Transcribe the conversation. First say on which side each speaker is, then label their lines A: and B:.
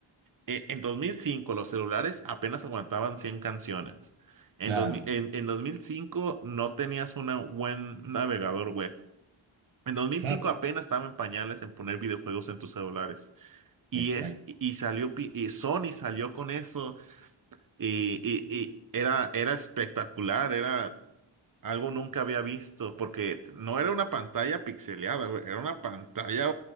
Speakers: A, on the right; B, on the right.
A: eh, en 2005 los celulares apenas aguantaban 100 canciones. En,
B: claro,
A: 2000 en, en 2005 no tenías un buen navegador web. En 2005
B: Claro,
A: apenas estaba en pañales en poner videojuegos en tus celulares. Y,
B: exacto.
A: es, y salió, pi- y Sony salió con eso y, y- y era, era espectacular, era algo nunca había visto, porque no era una pantalla pixeleada, güey, era una pantalla